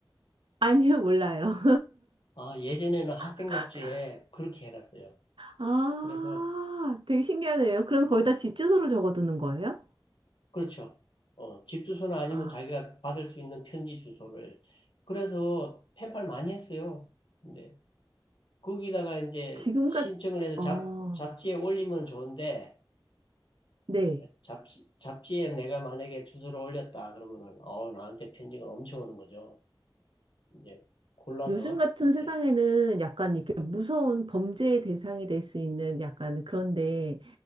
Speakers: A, on the right; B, on the left.
A: 아니요, 몰라요.
B: 아, 예전에는 학생
A: <laughs>
B: 잡지에 그렇게 해놨어요.
A: 아,
B: 그래서
A: 되게 신기하네요. 그럼 거기다 집 주소를 적어두는 거예요?
B: 그렇죠. 어, 집 주소나 아니면
A: 아,
B: 자기가 받을 수 있는 편지 주소를 그래서 펜팔 많이 했어요. 근데 거기다가 이제
A: 지금
B: 신청을
A: 같,
B: 해서
A: 어,
B: 잡, 잡지에 올리면 좋은데,
A: 네
B: 잡지, 잡지에 내가 만약에 주소를 올렸다 그러면은, 어, 나한테 편지가 엄청 오는 거죠. 이제 골라서
A: 요즘 같은
B: 선택.
A: 세상에는 약간 이렇게 무서운 범죄의 대상이 될 수 있는 약간 그런데